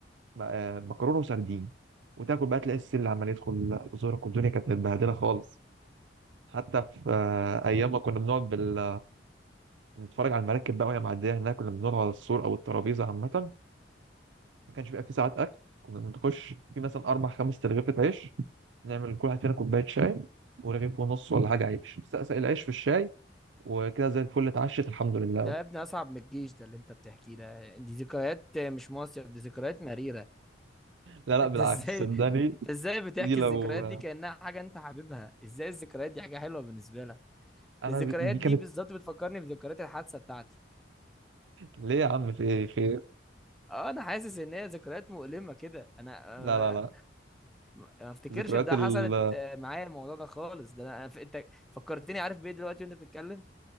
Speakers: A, on the right; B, in the centre.
A: آه، مكرونة وسردين وتاكل بقى تلاقي السل عمال يدخل في زورك والدنيا كانت متبهدلة خالص حتى في آه، ايام ما كنا بنقعد بال... نتفرج على المراكب بقى وهي معديه هناك كنا بنقعد على السور او الترابيزه عامه ما كانش بيبقى في ساعات اكل كنا نخش في مثلا اربع خمس ترغيفة عيش نعمل كل واحد فينا كوبايه شاي ورغيف ونص ولا حاجه عيش سقسق العيش في الشاي وكده زي الفل اتعشت الحمد لله
B: ده يا ابني اصعب من الجيش ده اللي انت بتحكيه ده دي ذكريات مش مصيف دي ذكريات مريرة <laughs>
A: لا لا
B: انت
A: بالعكس
B: ازاي
A: صدقني
B: انت ازاي بتحكي
A: دي لو
B: الذكريات دي كأنها حاجة انت حاببها ازاي الذكريات دي حاجة حلوة بالنسبة لك
A: انا
B: ده الذكريات
A: دي
B: دي
A: كانت
B: بالظبط بتفكرني بذكريات الحادثة بتاعتي
A: ليه يا عم في ايه خير
B: اه انا حاسس ان هي ذكريات مؤلمة كده انا آه،
A: لا لا لا
B: ما افتكرش
A: ذكريات
B: ان ده
A: ال
B: حصلت آه، معايا الموضوع ده خالص ده انا أنا ف- انت فكرتني عارف بايه دلوقتي وانت بتتكلم